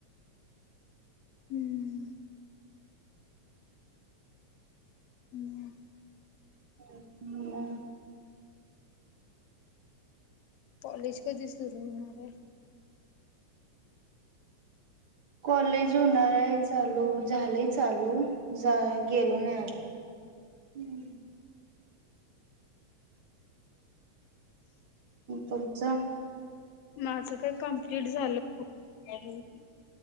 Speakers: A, on the left; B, on the right.
A: हम्म मग
B: हम्म
A: कॉलेज कधी सुरू होणार आहे.
B: कॉलेज होणार आहे चालू झालंय चालू गेलो नाही आज हम्म तुमचं
A: माझं काय कम्प्लीट झालं. <unintelligible>